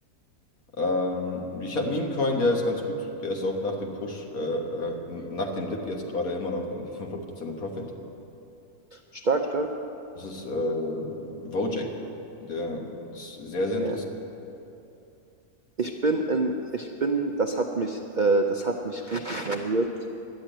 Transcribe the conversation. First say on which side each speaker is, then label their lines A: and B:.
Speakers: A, on the left (about 65°); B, on the right (about 50°).
A: Ähm, ich habe Meme Coin, der ist ganz gut. Der ist auch nach dem Push, äh, äh, n- nach dem Dip jetzt gerade immer noch irgendwie 500% im Profit.
B: stark, stark.
A: Das ist äh, Wojak. Der ist sehr, sehr interessant.
B: Ja. Ich bin in, ich bin, das hat mich, äh, das hat mich richtig rasiert.